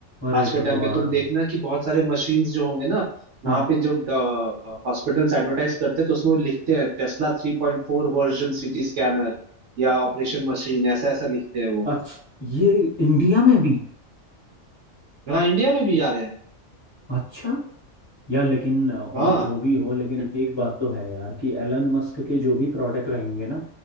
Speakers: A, on the left; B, on the right.
A: अरे
B: आज के
A: भगवान
B: टाइम पे तुम देखना कि बहुत सारे मशीन्स जो होंगे ना
A: हाँ
B: वहां पे जो हॉस्पिटल्स एडवर्टाइज करते हैं तो उसमें वो लिखते हैं Tesla three point four version CT scanner या ऑपरेशन मशीन ऐसा ऐसा लिखते हैं वो
A: अच्छा ये इंडिया में भी
B: हाँ इंडिया में भी आ रहे हैं
A: अच्छा यार लेकिन और
B: हाँ
A: जो भी हो लेकिन एक बात तो है यार कि एलन मस्क के जो भी प्रोडक्ट रहेंगे ना